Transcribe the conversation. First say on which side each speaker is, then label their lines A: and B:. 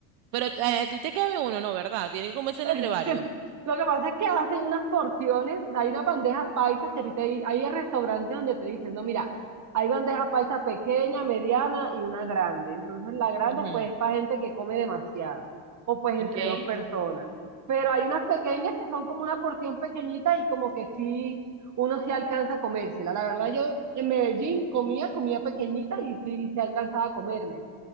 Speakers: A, on the right; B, on the right.
A: Pero eh, a ti te cabe uno, ¿no? ¿Verdad? Tiene que comerse
B: <laughs>
A: entre varios.
B: Lo que pasa es que hacen unas porciones, o sea, hay una bandeja paisa, que a ti te di- hay restaurantes donde te dicen, no, mira, hay bandeja paisa pequeña, mediana y una grande. Entonces la grande
A: Ujú,
B: pues es para gente que come demasiado o pues entre
A: Okay.
B: dos personas. Pero hay unas pequeñas que son como una porción pequeñita y como que sí, uno sí alcanza a comérsela. La verdad yo en Medellín comía, comía pequeñita y sí, y sí alcanzaba a comerme